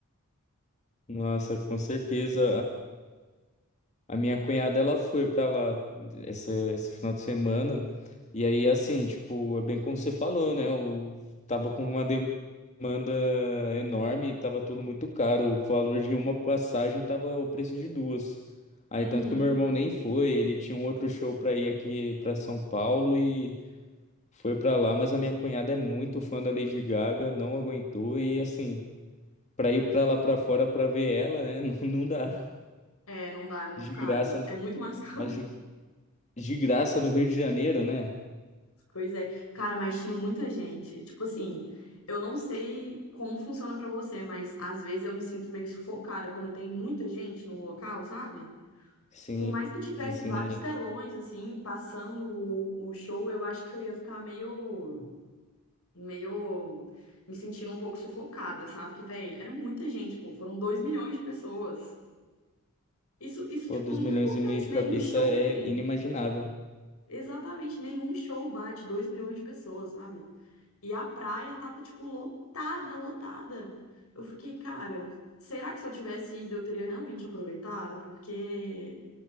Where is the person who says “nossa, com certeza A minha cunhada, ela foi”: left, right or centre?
Left